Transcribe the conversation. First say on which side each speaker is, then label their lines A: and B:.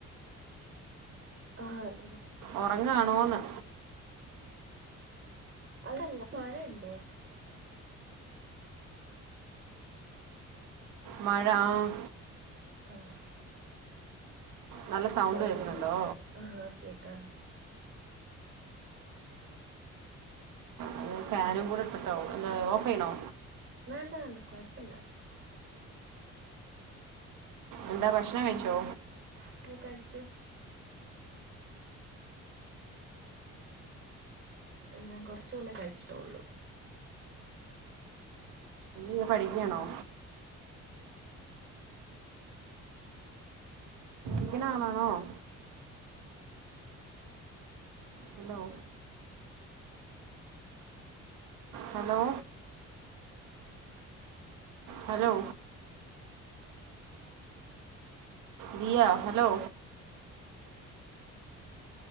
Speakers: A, on the right (about 40°); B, on the right (about 85°).
A: ആഹ് അതെ
B: ഉറങ്ങാണോന്ന്
A: അല്ലല്ല മഴയുണ്ടോ
B: മഴ ആഹ്
A: ആഹ്
B: നല്ല
A: സൗണ്ട്
B: കേൾക്കുന്നുണ്ടോ
A: ആഹ് കേക്കാം
B: ആഹ് ഫാനും കൂടെ ഇട്ട്ട്ടാവും എന്താ ഓഫ് ചെയ്യണോ
A: വേണ്ട വേണ്ട കുഴപ്പില്ല
B: എന്താ ഭക്ഷണം കഴിച്ചോ
A: ഇപ്പോ കഴിച്ചു ഞാൻ കുറച്ചു മുന്നേ കഴിച്ചിട്ടുള്ളൂ
B: യ്യ പഠിക്കുകയാണോ ഇങ്ങനെ <unintelligible> hello hello hello Diya hello